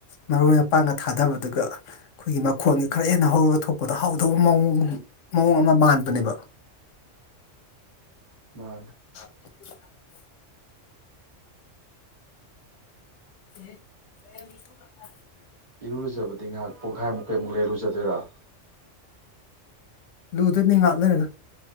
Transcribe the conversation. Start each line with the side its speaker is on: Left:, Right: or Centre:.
Left: ꯃꯔꯣꯏ ꯃꯄꯥꯡꯒ ꯊꯥꯗꯕꯗꯨꯒ ꯑꯩꯈꯣꯏꯒꯤ ꯃꯈꯣꯟꯒꯤ ꯈꯔ ꯍꯦꯟꯅ ꯍꯧꯔꯒ ꯊꯣꯛꯄꯗ ꯍꯥꯎꯗꯧꯕ ꯃꯑꯣꯡ ꯃꯑꯣꯡ ꯑꯃ ꯃꯥꯟꯕꯅꯦꯕ
Right: <unintelligible>
Left: <unintelligible> <unintelligible>
Right: ꯏꯔꯨ ꯂꯨꯖꯕꯗꯤ ꯉꯥꯏꯍꯥꯛ ꯄꯨꯡꯈꯥꯏꯃꯨꯛ ꯂꯩꯔ ꯂꯨꯖꯗꯣꯏꯔꫭ
Left: ꯂꯨꯗꯣꯏꯅꯦ ꯉꯥꯛ ꯂꯩꯔꯒ